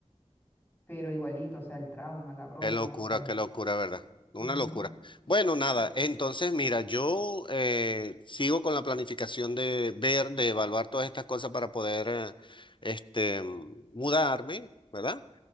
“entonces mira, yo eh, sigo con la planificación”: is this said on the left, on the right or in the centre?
Left